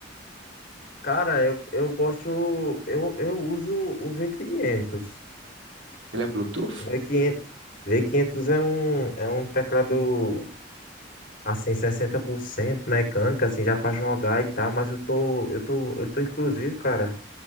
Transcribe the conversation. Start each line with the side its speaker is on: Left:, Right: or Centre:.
Left: Cara, eu, eu gosto, eu, eu uso o V500.
Right: Ele é Bluetooth?
Left: V500, V500 é um, é um teclado, assim, 60% mecânico, assim, já pra jogar e tal, mas eu tô, eu tô, eu tô, inclusive, cara,